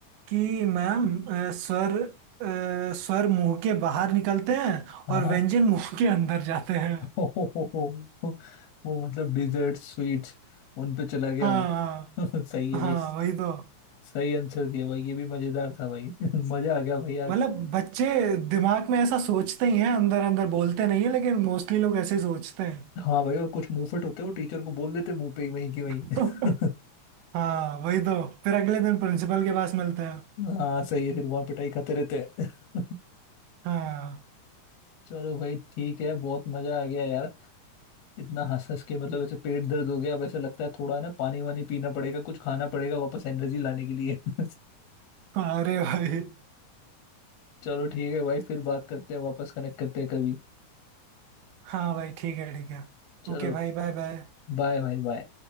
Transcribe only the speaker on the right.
कि मैम अ, स्वर अ, स्वर मुंह के बाहर निकलते हैं
और
व्यंजन मुंह के अंदर जाते हैं
हाँ
हाँ
वही तो
मतलब बच्चे दिमाग में ऐसा सोचते ही हैं अंदर अंदर बोलते नहीं है लेकिन मोस्टली लोग ऐसे ही सोचते हैं
<laughs>
हाँ वही तो फिर अगले दिन प्रिंसिपल के पास मिलते हैं
हाँ
हाँ, अरे भाई
हाँ भाई ठीक है ठीक है
ओके भाई बाय बाय